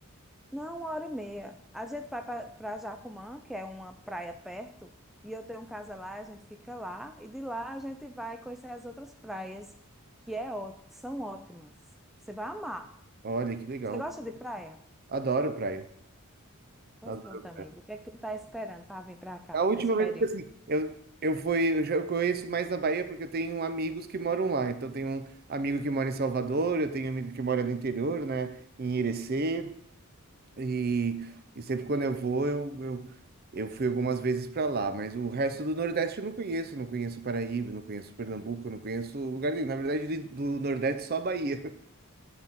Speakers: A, in the centre; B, on the right.
A: não, uma hora e meia. A gente vai para Jacumã, que é uma praia perto, e eu tenho um casa lá, a gente fica lá, e de lá a gente vai conhecer as outras praias, que é, ó- são ótimas. Você vai amar.
B: Olha, que legal.
A: Você gosta de praia?
B: Adoro praia.
A: Pois
B: Adoro
A: pronto, amigo.
B: praia.
A: O que é que tu tá esperando para vir para cá
B: A última
A: nesse
B: vez,
A: período?
B: tipo assim, eu, eu fui, eu já conheço mais da Bahia porque eu tenho amigos que moram lá. Então, eu tenho um amigo que mora em Salvador, eu tenho um amigo que mora no interior, né, em Irecê. E, e sempre quando eu vou, eu, eu, eu fui algumas vezes para lá. Mas o resto do Nordeste eu não conheço. Não conheço Paraíba, não conheço Pernambuco, não conheço lugar nenhum. Na verdade, do do Nordeste, só a Bahia. <laughs>